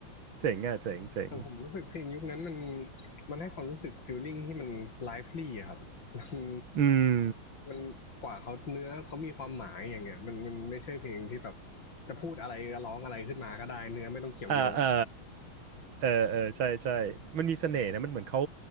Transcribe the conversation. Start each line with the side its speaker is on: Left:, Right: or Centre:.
Right: เจ๋งอ่ะเจ๋งเจ๋ง
Left: แต่ผมรู้สึกเพลงยุคนั้นมันมันให้ความรู้สึกฟีลลิ่งที่มันไลฟ์ลี่อะครับ <laughs>
Right: อืม
Left: มันมันกว่าเขาเนื้อเขามีความหมายอย่างเงี้ยมันมันไม่ใช่เพลงที่แบบจะพูดอะไรก็ร้องอะไรขึ้นมาก็ได้เนื้อไม่ต้องเกี่ยวโยง
Right: อ่าอ่าเออเออใช่ใช่มันมีเสน่ห์นะมันเหมือนเขา